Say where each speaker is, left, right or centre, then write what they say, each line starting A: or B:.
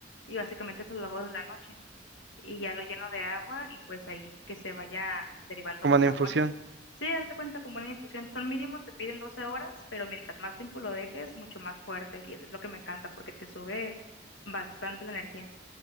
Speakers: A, on the left; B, on the right.
A: y básicamente eso lo hago de la noche y ya lo lleno de agua y pues ahí que se vaya derivando
B: como
A: los
B: una
A: sabores.
B: infusión.
A: Sí, haz de cuenta como una infusión, son mínimo, te piden 12 horas, pero mientras más tiempo lo dejes, mucho más fuerte y es lo que me encanta porque te sube bastante la energía.